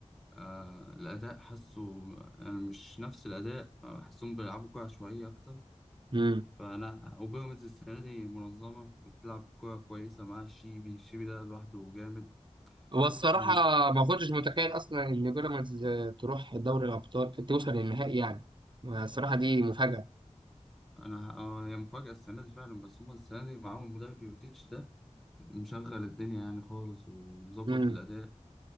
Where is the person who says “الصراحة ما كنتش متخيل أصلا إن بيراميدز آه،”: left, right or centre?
Right